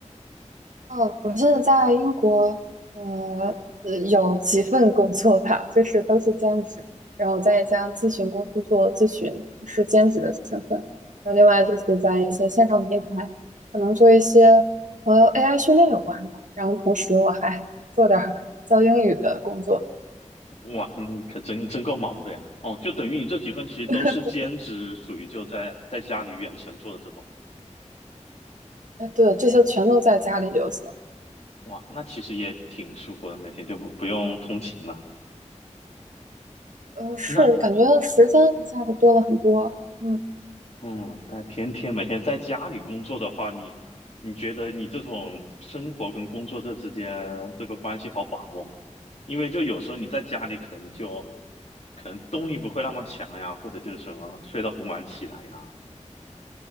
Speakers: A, on the right; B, on the left.
A: 哦，我记得在英国，呃，呃有几份工作吧，就是都是兼职。然后在一家咨询公司做咨询，是兼职的身份。然后另外就是在一些线上平台，可能做一些和 AI 训练有关的。然后同时我还 <laughs> 做点儿教英语的工作。
B: 哇，那你可真真够忙的呀！哦，就等于你这几份其实都是兼职，
A: <laughs>
B: 属于就在在家里远程做的这种。
A: 哎，对，这些全都在家里就行。
B: 哇，那其实也挺舒服的，每天就不不用通勤了。
A: 呃，是感觉时间一下子多了很多。
B: 那
A: 嗯。
B: 嗯，但天天每天在家里工作的话，你你觉得你这种生活跟工作这之间这个关系好把握吗？因为就有时候你在家里可能就可能动力不会那么强呀，或者就是什么睡到很晚起来呀